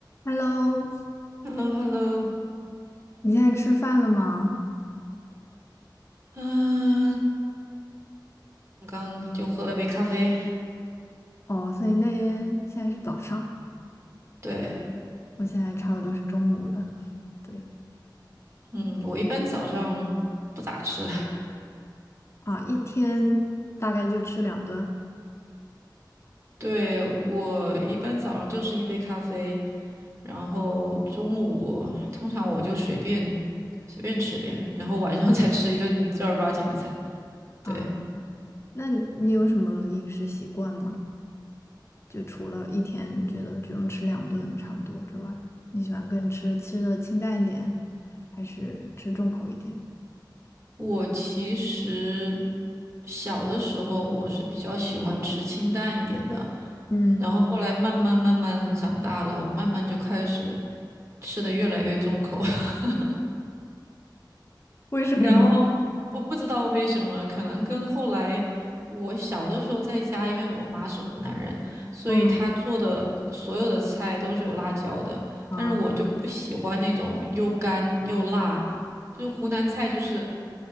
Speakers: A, on the left (about 35°); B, on the right (about 35°).
A: Hello，
B: h e l l o h e l l o
A: 你现在吃饭了吗？
B: 啊，刚就喝了杯咖啡。
A: 哦，所以那边现在是早上，
B: 对，
A: 我现在差不多是中午了。对
B: 嗯，我一般早上不咋吃，
A: 啊，一天大概就吃两顿
B: <laughs> 对，我一般早上就是一杯咖啡，然后中午通常我就随便随便吃点，然后晚上 <laughs> 再吃一顿正儿八经的菜。
A: 啊。
B: 对，
A: 那你有什么饮食习惯吗？就除了一天觉得只用吃两顿差不多之外，你喜欢更吃吃的清淡一点，还是吃重口一点？
B: 我其实小的时候我是比较喜欢吃清淡一点的，
A: 嗯，
B: 然后后来慢慢慢慢长大了，慢慢就开始吃的越来越重口。<laughs>
A: 为什么呢？
B: 然后我不知道为什么，可能跟后来我小的时候在家，因为我妈是湖南人，所以她做的所有的菜都是有辣椒的，
A: 嗯啊，
B: 但是我就不喜欢那种又干又辣，就是湖南菜就是